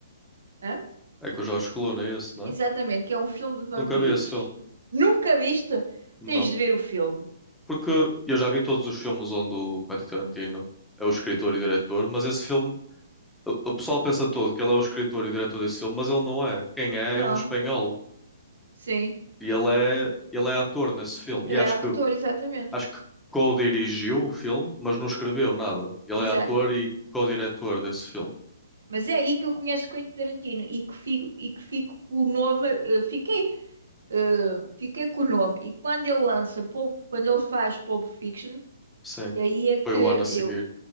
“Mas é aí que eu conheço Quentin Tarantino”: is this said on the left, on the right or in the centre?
Right